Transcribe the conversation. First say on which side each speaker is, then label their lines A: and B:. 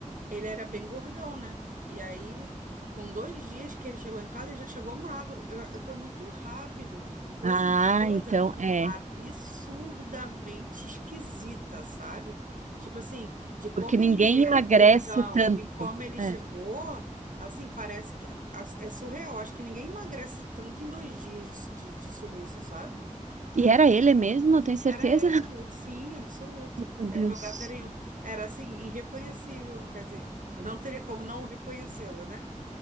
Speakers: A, on the right; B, on the right.
A: ele era bem gordão, né? E aí, com dois dias que ele chegou em casa, ele já chegou magro. Eu, eu- foi muito rápido. Foi
B: Ah,
A: assim, uma coisa
B: então é,
A: absurdamente esquisita, sabe? Tipo assim, de como
B: porque ninguém
A: ele era
B: emagrece
A: gordão
B: tanto.
A: e como ele
B: É.
A: chegou, assim, parece que é é surreal. Acho que ninguém emagrece tanto em dois dias de, de, de sumiço, sabe?
B: E era ele mesmo, tem certeza?
A: Era ele,
B: <laughs>
A: sim, absoluta.
B: Meu
A: É,
B: Deus.
A: Meu gato era, era assim, irreconhecível, quer dizer, não teria como não reconhecê-lo, né?